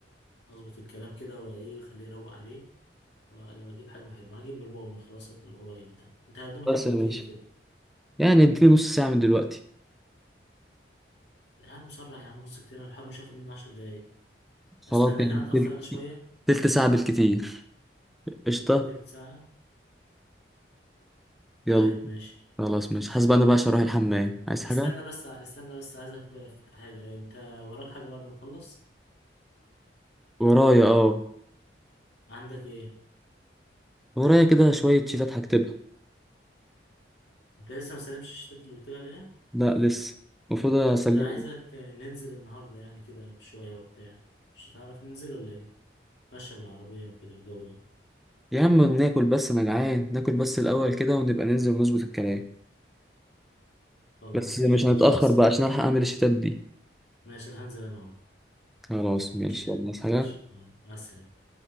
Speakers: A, on the left; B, in the centre.
A: اظبط الكلام كده وايه خليه يروق عليه و- واجيب حجمه حلو هجيب من المؤمن خلاص القريب ده انت قدامك
B: بس
A: قد
B: يا
A: ايه وتيجي
B: باشا
A: كده
B: يعني اديني نص ساعة من دلوقتي
A: يا عم سرع يا عم نص كتير أنا الحوار مش هياخد مني عشر دقايق استناك
B: خلاص يعني
A: انا اتأخر
B: تل-
A: انا شوية
B: تلت ساعة بالكتير قشطة
A: تلت ساعة طيب
B: يلا
A: ماشي
B: خلاص ماشي حاسب انا بقى عشان اروح الحمام عايز حاجة
A: استنى بس استنى بس عايزك في حاجة انت وراك حاجة بعد ما تخلص
B: ورايا اه
A: عندك ايه
B: ورايا كده شوية شيتات هكتبها
A: انت لسه ما سلمتش الشتات اللي قلت لي عليها
B: لا لسه المفروض اسلمها
A: كنت عايزك ننزل النهاردة يعني كده بشوية وبتاع مش هتعرف ننزل ولا ايه ماشية بالعربية وكده الجو ده
B: يا عم ناكل بس انا جعان ناكل بس الاول كده ونبقى ننزل ونظبط الكلام
A: خلاص
B: بس
A: ماشي
B: مش
A: يا باشا
B: هنتأخر
A: خلصان
B: بقى عشان الحق اعمل الشيتات دي
A: ماشي انا هنزل انا اهو
B: خلاص ماشي
A: ماشي
B: يلا عايز حاجة
A: ماشي مع السلامة